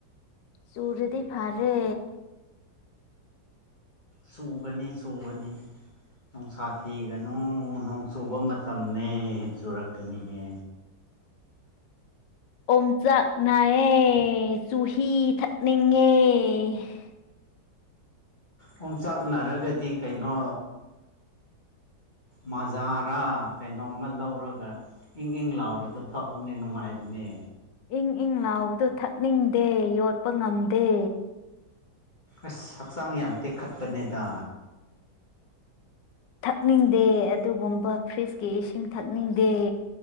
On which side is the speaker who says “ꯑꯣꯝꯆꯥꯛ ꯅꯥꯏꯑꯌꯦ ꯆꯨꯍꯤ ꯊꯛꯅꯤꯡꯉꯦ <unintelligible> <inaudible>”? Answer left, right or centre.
Left